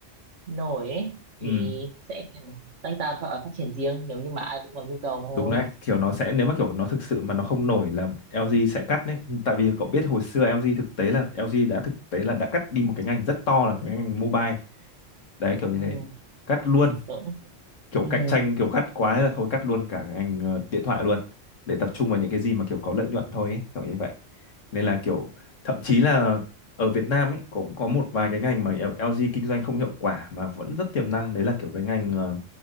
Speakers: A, on the right (about 70°); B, on the left (about 80°).
A: nổi ấy
B: ừ
A: thì sẽ kiểu tách ra và phát triển riêng nếu như mà ai cũng có nhu cầu thôi
B: đúng đấy kiểu nó sẽ nếu mà kiểu nó thực sự mà nó không nổi là LG sẽ cắt đấy tại vì cậu biết hồi xưa LG thực tế là LG đã thực tế là đã cắt đi một cái ngành rất to là cái ngành mobile đấy kiểu như
A: ừ,
B: thế cắt luôn
A: đúng
B: kiểu
A: ừ,
B: cạnh tranh kiểu cắt quá là thôi cắt luôn cả ngành ờ, điện thoại luôn để tập trung vào những cái gì mà kiểu có lợi nhuận thôi ấy, kiểu như vậy nên là kiểu thậm chí là ở Việt Nam ấy cũng có một vài cái ngành mà LG kinh doanh không hiệu quả mà vẫn rất tiềm năng đấy là kiểu cái ngành ờ,